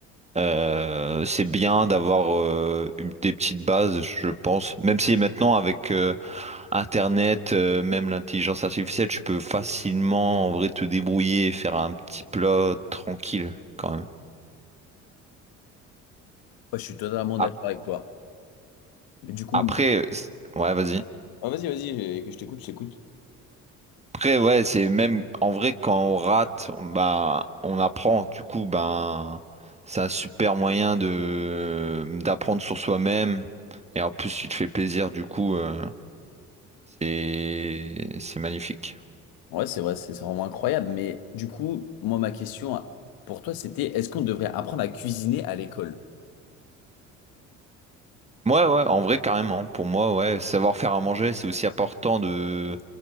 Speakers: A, on the right; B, on the left.
A: euh, c'est bien d'avoir euh, une- des petites bases, je pense. Même si maintenant avec euh, Internet, euh, même l'intelligence artificielle, tu peux facilement en vrai te débrouiller et faire un petit plat tranquille quand même.
B: Ouais, je suis totalement
A: Ap-
B: d'accord avec toi. Mais du coup,
A: Après, euh, ouais, vas-y.
B: Ah, vas-y, vas-y, j'ai- que je t'écoute, je t'écoute.
A: Après, ouais, c'est même en vrai quand on rate, on- bah, on apprend. Du coup, ben, c'est un super moyen de d'apprendre sur soi-même. Et en plus, tu te fais plaisir. Du coup, euh, c'est c'est magnifique.
B: ouais, c'est vrai, c'est c'est vraiment incroyable. Mais du coup, moi, ma question pour toi, c'était, est-ce qu'on devrait apprendre à cuisiner à l'école?
A: Ouais, ouais, en vrai, carrément. Pour moi, ouais, savoir faire à manger, c'est aussi important de,